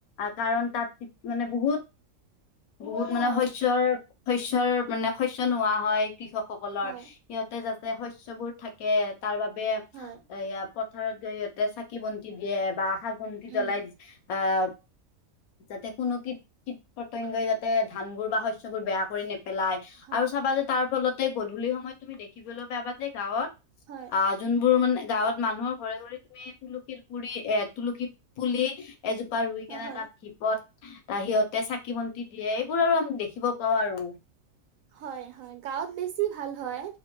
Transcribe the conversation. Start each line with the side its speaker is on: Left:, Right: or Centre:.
Left: কাৰণ তাত মানে বহুত বহুত মানে
Right: হয়
Left: শ স্যৰ শস্যৰ মানে শস্য নোহোৱা হয় কৃষকসকলৰ
Right: হয়
Left: সিহঁতে যাঁচে শস্যবোৰ থাকে তাৰ বাবে
Right: হয়
Left: এয়া প থাৰত জৰিয়তে চাকি বন্তি দিয়ে বা আকাশ বন্তি
Right: উম
Left: জ্বলাই আহ যাতে কোনো কীট কীট পতংগই যাতে ধানবোৰ বা শস্যবোৰ বেয়া কৰি নেপেলাই
Right: হয়
Left: আৰু চাবা যে তাৰ ফলতে গধূলি সময়ত তুমি দেখিবলৈ পাবা যে গাঁৱত
Right: হয়
Left: আহ যোনবোৰ মানে গাঁৱত মানুহৰ ঘৰে ঘৰে তুমি তুলসীৰ পুৰি এ তুলসী পুলি এজোপা ৰুই কেনে
Right: হয়
Left: তাত ধিপত সিহঁতে চাকি বন্তি দিয়ে এইবোৰ আৰু আমি দেখ খিব পাওঁ আৰু
Right: হয় হয় গাঁৱত বেছি ভাল হয়।